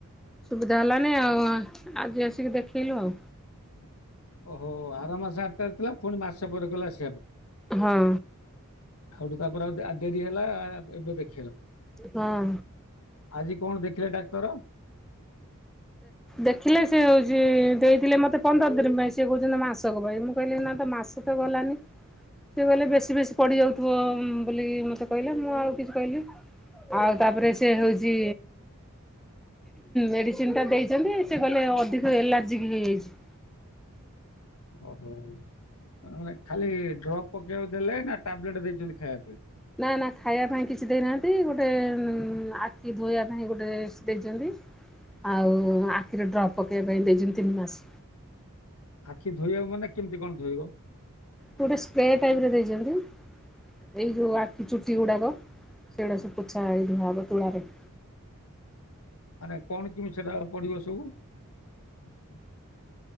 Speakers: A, in the centre; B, on the left.
A: ସୁବିଧା ହେଲାନି ଆଉ ଆଜି ଆସିକି ଦେଖେଇଲୁ ଆଉ।
B: <inaudible> ଓହୋ ଆର ମାସ ଆଠଟାରେ ଥିଲା। ପୁଣି ମାସ ପରେ କହିଲେ ଆସି
A: ହଁ।
B: ହଁ ତାପରେ ଡେରିହେଲା ଏବେ ଦେଖ
A: ହଁ <unintelligible>
B: ଆଜି କଣ ଦେଖିଲେ ଡାକ୍ତର?
A: ଦେଖିଲେ ସେ ହଉଛି ଦେଇଥିଲେ ମତେ ପନ୍ଦର ଦିନ ପାଇଁ। ସିଏ କହୁଛନ୍ତି ମାସକ ପାଇଁ ମୁଁ କହିଲି ନା ତ ମାସ ତ ଗଲାନି। ସିଏ କହିଲେ ବେଶୀ ବେଶୀ ପଡ଼ିଯାଉଥିବ ବୋଲି ମୋତେ କହିଲେ ମୁଁ ଆଉ କିଛି କହିଲି। ଆଉ ତାପରେ ସେ ହଉଛି ମେଡିସିନଟା ଦେଇଛନ୍ତି। ସେ କହିଲ ଅଧିକ ଏଲାର୍ଜି ହେଇଯାଇଛି।
B: ଓହୋ ମାନେ ଖାଲି ଡ୍ରପ୍ ପକେଇବାକୁ ଦେଲେ ନା ଟାବଲେଟ ଦେଇଛନ୍ତି ଖାଇବା ପାଇଁ।
A: ନା ନା ଖାଇବା ପାଇଁ କିଛି ଦେଇନାହାନ୍ତି। ଗୋଟେ ଆଖି ଧୋଇବା ପାଇଁ ଗୋଟେ ଦେଇଛନ୍ତି। ଆଉ ଆଖିରେ ଡ୍ରପ୍ ପକେଇବା ପାଇଁ ଦେଇଛନ୍ତି ତିନି ମାସ।
B: ଆଖି ଧୋଇବାକୁ ମାନେ କେମିତି କଣ ଧୋଇବ।
A: ଗୋଟେ ସ୍ପ୍ରେ ଟାଇପରେ ଦେଇଛନ୍ତି। ଏଇ ଯୋଉ ଆଖି ଚୁଟି ଗୁଡାକ ସେଗୁଡା ସବ ପୋଛାଇ ଧୁଆହବ ତୁଳାରେ। <inaudible>
B: ମାନେ କଣ କେମିତି ସେଟା ପଡିବ ସବୁ। <inaudible>